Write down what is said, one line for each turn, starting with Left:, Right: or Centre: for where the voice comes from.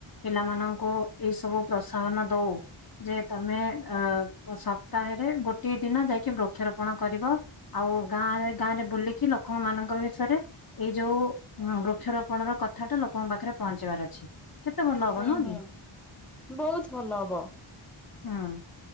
Left: ପିଲାମାନଙ୍କୁ ଏଇ ସବୁ ପ୍ରସାହନ ଦଉ ଯେ ତମେ ଅ
Centre: ହଁ
Left: ସପ୍ତାହରେ ଗୋ ଦି ଦିନ ଯାଇକି ବୃକ୍ଷରୋପଣ କରିବ ଆଉ ଗାଁ ଗାଁରେ ବୁଲିକି ଲୋକମାନଙ୍କ ବିଷୟରେ ଏଇ ଯୋଉ ବୃକ୍ଷରୋପଣ ର କଥା ଟା ଲୋକଙ୍କ ପାଖରେ ପହଞ୍ଚେଇବାର ଅଛି। କେତେ ଭଲ ହବ
Centre: ହୁଁ
Left: ନୁହଁ
Centre: ହୁଁ
Left: କି?
Centre: ବହୁତ୍ ଭଲ ହବ,
Left: ହୁଁ।